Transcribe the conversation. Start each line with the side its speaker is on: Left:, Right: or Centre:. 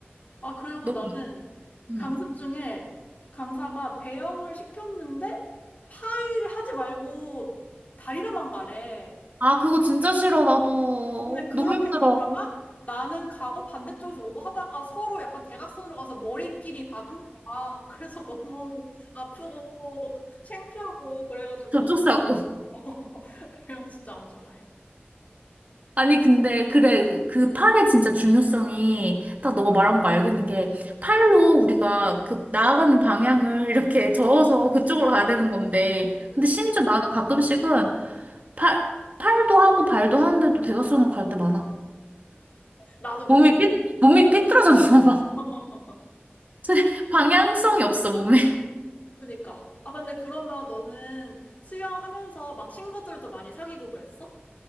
Left: 아, 그리고
Right: 너무.
Left: 나는
Right: 응.
Left: 강습 중에 강사가 배영을 시켰는데 팔 하지 말고 다리로만 가래.
Right: 아, 그거 진짜 싫어. 나도
Left: 어, 근데 그렇게
Right: 너무 힘들어.
Left: 가다가 나는 가고 반대쪽에서 오고 하다가 서로 약간 대각선으로 가서 머리끼리 박은 거야. <laughs> 그래서 너무 아프고 창피하고 그래가지고
Right: 접촉사고. <laughs>
Left: <laughs> 배영 진짜 안 좋아해.
Right: 아니, 근데 그래. 그그 팔의 진짜 중요성이 딱 너가 말한 거 알겠는 게 팔로 우리가 그 나아가는 방향을 이렇게 저어서 그쪽으로 가야 되는 건데
Left: 응,
Right: 근데
Left: 응.
Right: 심지어 나는 가끔씩은 팔 팔도 하고 발도 하는데도 대각선으로 갈 때 많아.
Left: 나도 그래.
Right: 몸이 삐, 몸이 삐뚤어졌나 봐.
Left: <laughs>
Right: <laughs> 방향성이 없어, 몸에.
Left: 그니까. 아, 근데 그러면 너는 수영하면서 막 친구들도 많이 사귀고 그랬어?